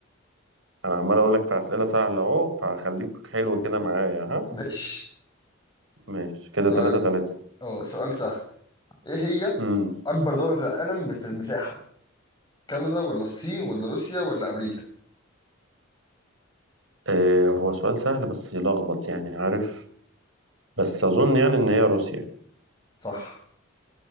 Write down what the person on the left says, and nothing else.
ماشي
سؤال
اه سؤال سهل إيه هي
أكبر دولة في العالم في المساحة كندا ولا الصين ولا روسيا ولا أمريكا
صح